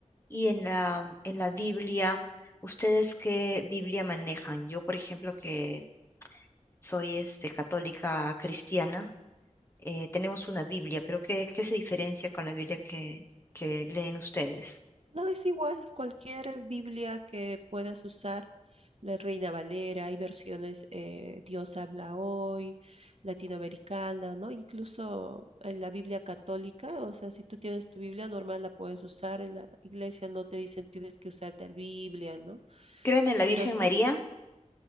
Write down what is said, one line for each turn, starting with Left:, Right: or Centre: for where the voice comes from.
Left: Y en la, en la Biblia, ¿ustedes qué Biblia manejan? Yo, por ejemplo, que soy este, católica cristiana, eh, tenemos una Biblia, pero ¿qué, qué se diferencia con la Biblia que, que leen ustedes?
Right: No, es igual, cualquier Biblia que puedas usar, la Reina Valera, hay versiones eh, Dios habla hoy, latinoamericana, ¿no? Incluso en la Biblia católica, o sea, si tú tienes tu Biblia normal, la puedes usar, en la iglesia no te dicen tienes que usar tal Biblia, ¿no?
Left: ¿Creen en la Virgen
Right: Pero sí
Left: María?